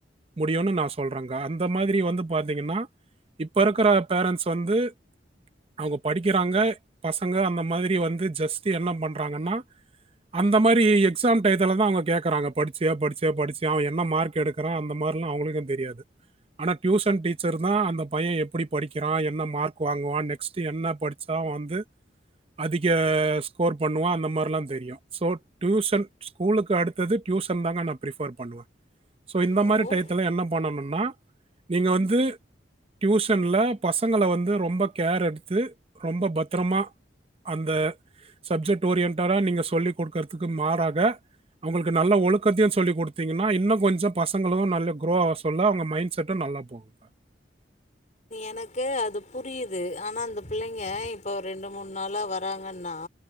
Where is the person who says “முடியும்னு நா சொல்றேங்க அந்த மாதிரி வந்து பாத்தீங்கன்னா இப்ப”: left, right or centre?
Right